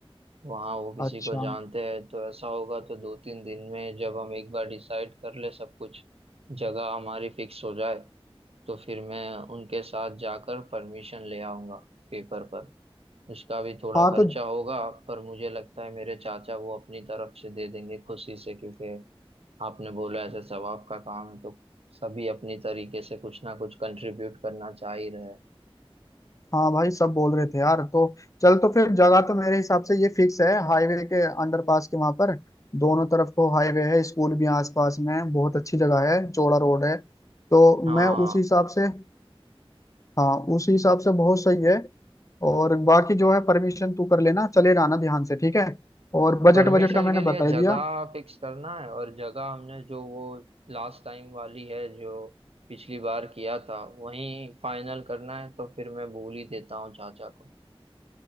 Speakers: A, on the right (about 80°); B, on the left (about 35°).
A: वहाँ वो किसी
B: अच्छा
A: को जानते हैं तो ऐसा होगा तो दो तीन दिन में जब हम एक बार डिसाइड कर ले सब कुछ जगह हमारी फिक्स हो जाए तो फिर मैं उनके साथ जाकर परमिशन ले आऊंगा पेपर पर उसका भी थोड़ा
B: हाँ
A: खर्चा
B: तो
A: होगा पर मुझे लगता है मेरे चाचा वो अपनी तरफ से दे देंगे खुशी से क्योंकि आपने बोला ऐसे सवाब का काम है तो सभी अपनी तरीके से कुछ ना कुछ कंट्रीब्यूट करना चाह ही रहे हैं।
B: हाँ भाई सब बोल रहे थे यार तो चल तो फिर जगह तो मेरे हिसाब से ये फिक्स है हाईवे के अंडरपास के वहां पर दोनों तरफ को हाईवे है स्कूल भी आसपास में है बहुत अच्छी जगह है चौड़ा रोड है तो
A: हाँ
B: मैं उस हिसाब से हाँ उस हिसाब से बहुत सही है और बाकी जो है परमिशन तू कर लेना चले जाना ध्यान से ठीक है और बजट
A: परमिशन
B: बजट का मैंने
A: के लिए
B: बता ही
A: जगह
B: दिया
A: फिक्स करना है और जगह हमने जो वो लास्ट टाइम वाली है जो पिछली बार किया था वही फाइनल करना है तो फिर मैं भूल ही देता हूँ चाचा को